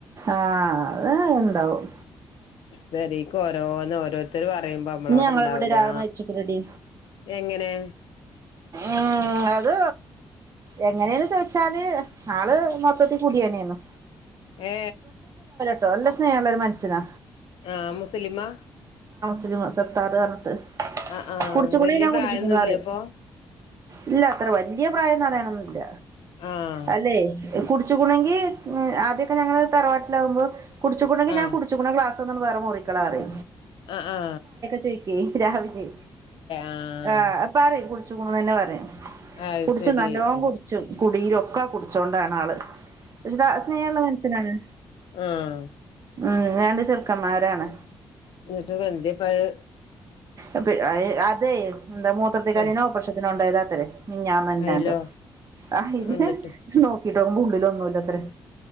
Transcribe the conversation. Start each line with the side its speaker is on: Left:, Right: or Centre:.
Right: ആഹ് അത് ഉണ്ടാവും
Left: പെരേക്ക് ഓരോന്ന് ഓരോരുത്തര് വ പറയുമ്പോ നമ്മളോടെ
Right: ഇന്ന് ഞങ്ങളെ
Left: ഉണ്ടാവുലെ
Right: ഇവിടെ ഒരാള് മരിച്ച്ക്ക്ണെടി
Left: എങ്ങനെ
Right: ഉം അത് എങ്ങനെയന്ന് ചോയ്ച്ചാല് ആള് മൊത്തത്തി കുടിയന്നേരുന്നു
Left: ഏ
Right: ട് നല്ല സ്നേഹൊള്ള ഒരു മനുഷ്യനാ
Left: ആ മുസ്ലിമാ
Right: <unintelligible> സത്താറ് <unintelligible>
Left: ആഹ് ആഹ്
Right: കുടിച്ചക്കുണുന്ന
Left: വല്യ
Right: ഞാൻ
Left: പ്രായൊന്നുല്ലേ
Right: കുടിചെക്കണുന്നു അറിയാം
Left: അപ്പൊ
Right: ഇല്ല അത്ര വലിയ പ്രായന്ന് പറയാനൊന്നുമി ഇല്ല
Left: ആഹ്
Right: അല്ലേ കുടിച്ചിക്കുണുങ്കി ആദ്യമൊക്കെ ഞങ്ങള് തറവാട്ടിലാവുമ്പോ കുടിച്ചിക്കുണുങ്കിൽ
Left: ആഹ്
Right: ഞാൻ കുടിച്ചിക്കണ ഗ്ലാസ്‌ <unintelligible> വേറെ മുറിക്കളാറേ
Left: ആ ആ
Right: <unintelligible> രാവിലെ
Left: ആഹ്
Right: ആ പറയ് കുടിച്ചുക്കുണുന്ന് തന്നെ പറയും
Left: അത്
Right: കുടിച്ചും
Left: ശരി
Right: നല്ലോം
Left: ഏഹ്
Right: കുടിച്ചും കുടിയിലൊക്കെ കുടിച്ചോണ്ടാണ് ആള്. പക്ഷെ സ്നേഹമുള്ള മനുഷ്യനാണ്
Left: ആഹ്
Right: ഉം രണ്ട് ചെറുക്കന്മാരാണ്
Left: എന്നിട്ട് <unintelligible>
Right: ഏ പി അതെ എന്താ മൂത്രത്തിക്കല്ലിന്
Left: ഉം
Right: ഓപ്രക്ഷത്തിന് കൊണ്ടോയാതാത്രേ മിനിഞ്ഞാന്നാങ്ങണ്ടേ
Left: അയിലോ
Right: ആ ഇല്
Left: എന്നിട്ട്
Right: നോക്കിട്ടോവുമ്പ ഉള്ളില ഒന്നുമില്ലത്രേ